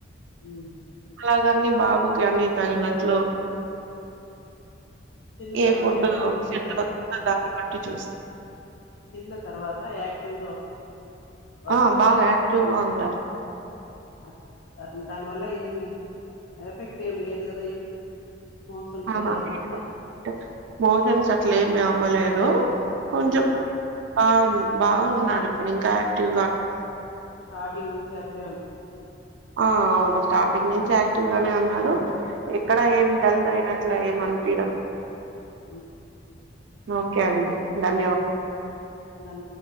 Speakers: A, on the left (about 65°); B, on the right (about 75°).
A: ఉమ్.
B: అలాగన్ని బాబుకి అన్ని తగినట్లు
A: తిన్న
B: ఏ
A: తర్వాత
B: ఫుడ్డు
A: యాక్టివ్
B: <unintelligible>
A: గా ఉంటాడా
B: పట్టి చూస్తాము
A: తిన్న తర్వాత యాక్టివ్ గా ఉంటారా బాబు
B: ఆ బాగ యా క్టీవ్ గా ఉంటాడండి
A: అ అన్ దానివల్ల ఏమి ఎఫెక్ట్ ఏమి లేదు కదా ఏడ్చేది మోషన్స్
B: ఆహా
A: అయ్యేది
B: లేదు
A: అట్లా
B: మోషన్స్ అట్లేమి అవ్వలే దు కొంచం
A: ఉమ్.
B: బావు బాగున్నారు ఇప్పుడు ఇంకా యాక్టివ్ గా అనిపిస్తన్నారు
A: స్టార్టింగ్ నుంచి అట్లే ఉన్నారా
B: ఆ అవును స్టార్టింగ్ నుంచి యాక్టివ్ గానే ఉన్నారు ఎక్కడ ఏం డల్ అట్లా ఏమనిపయడం లేదు
A: హ్మ్
B: ఓకే అండి ధన్యవాదాలు
A: ధన్యవాదాలు